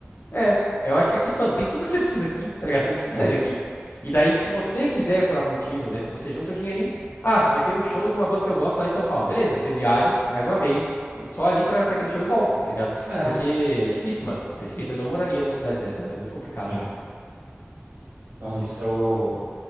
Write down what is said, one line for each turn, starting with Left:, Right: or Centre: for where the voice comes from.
Left: É, eu acho que aqui, mano, tem tudo que você precisa aqui, tá ligado? Você não precisa
Right: Sim.
Left: sair daqui. E daí, se você quiser, por algum motivo, né? Se você junta o dinheirinho, ah, vai ter um show de uma banda que eu gosto lá em São Paulo. Beleza, você viaja, você vai uma vez, só ali pra, pra aquele show e volta, tá ligado?
Right: É.
Left: Porque é difícil, mano. É difícil. Eu não moraria numa cidade dessa, mano. É muito complicado.
Right: É. Então é isso. Eu...